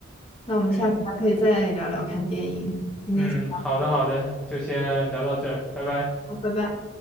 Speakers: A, on the left; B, in the centre.
A: 那我们下次还可以再聊聊看电影。
B: 对，
A: 今天先，
B: 嗯，好的好的，就先聊到这儿，拜拜。
A: 好，拜拜。